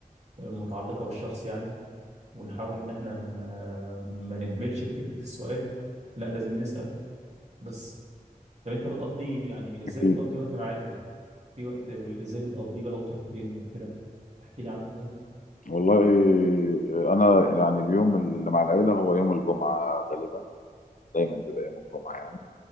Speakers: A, on the right; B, on the left.
A: متعلقه بالشخص يعني ونحاول ان احنا ن- آه، ما نهملش في فكره السؤال لا لازم نسأل بس طب انت بتقضي يعني ازاي
B: اكيد
A: بتقضي وقت مع عيلتك في وقت ب- ازاي بتقضيه بقى وتروح فين كده احكي لي عنه كده
B: والله آه، انا يعني اليوم اللي مع العيله هو يوم الجمعه غالبا دايما بيبقى يوم الجمعه يعني